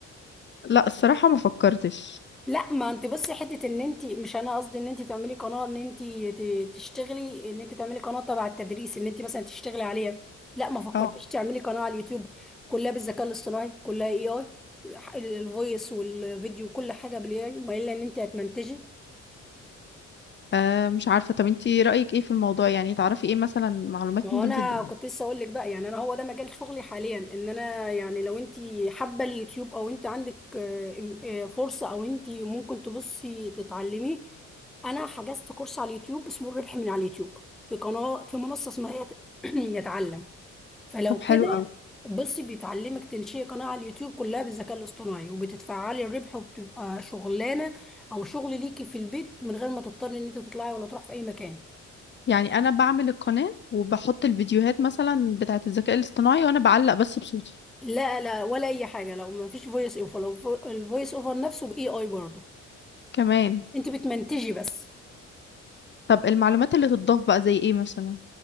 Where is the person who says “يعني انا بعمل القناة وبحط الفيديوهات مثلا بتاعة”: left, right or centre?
Left